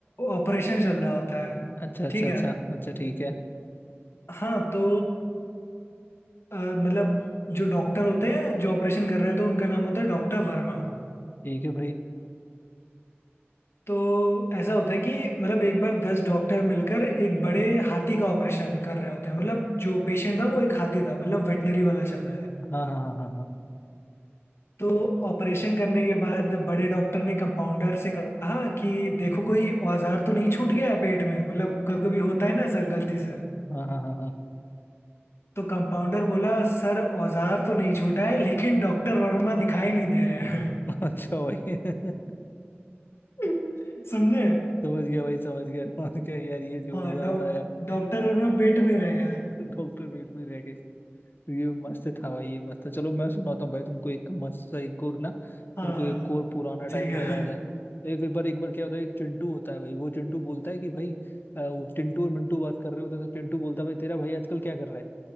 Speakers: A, on the left; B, on the left.
A: ऑपरेशन चल रहा होता है
B: अच्छा अच्छा
A: ठीक
B: अच्छा
A: है
B: अच्छा ठीक है
A: हाँ तो अ, मतलब जो डॉक्टर होते हैं जो ऑपरेशन कर रहे होते हैं तो उनका नाम होता है डॉक्टर वर्मा
B: ठीक है भाई
A: तो ऐसा होता है कि मतलब एक बार दस डॉक्टर मिलकर एक बड़े हाथी का ऑपरेशन कर रहे होते हैं मतलब जो पेशेंट था वो एक हाथी था मतलब वेटनरी वाला चल रहा है
B: हाँ हाँ हाँ हाँ
A: तो ऑपरेशन करने के बाद बड़े डॉक्टर ने कंपाउंडर से कहा कि देखो कोई औजार तो नहीं छूट गया है पेट में मतलब कभी कभी होता है ना सर गलती से
B: हाँ हाँ हाँ हाँ हाँ
A: तो कंपाउंडर बोला सर औजार तो नहीं छूटा है लेकिन डॉक्टर वर्मा दिखाई नहीं दे रहे
B: <laughs> अच्छा भाई <laughs>
A: हैं <laughs> समझे
B: समझ गया भाई समझ गया समझ गया यार ये जोरदार
A: हाँ डॉक
B: था यार
A: डॉक्टर वर्मा पेट में ही रह गए
B: <laughs> डॉक्टर पीठ में रह गए तो ये मस्त था भाई ये मस्त था चलो मैं सुनाता हूँ भाई तुमको एक मस्त सा एक और ना
A: हाँ
B: मेरे को एक और पुराना टाइम
A: ठीक है
B: का याद
A: भाई
B: है एक बार एक बार क्या होता है एक चिंटू होता है भाई वो चिंटू बोलता है कि भाई अ, वो चिंटू और मिंटू बात कर रहे होते हैं, तो चिंटू बोलता है भाई तेरा भाई आजकल क्या कर रहा है